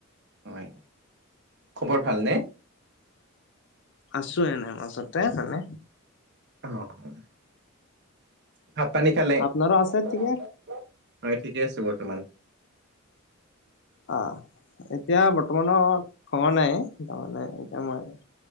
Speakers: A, on the right; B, on the left.
A: হয়, খবৰ ভালনে?
B: আছো এনেই মাজতে ভালে।
A: অ, অ। ভাত পানী খালে?
B: আপোনাৰো আছে
A: <unintelligible>
B: ঠিকে
A: হয় ঠিকে আছে বৰ্তমান।
B: অ, এতিয়া বৰ্তমানৰ খোৱা নাই। তাৰমানে এতিয়া মই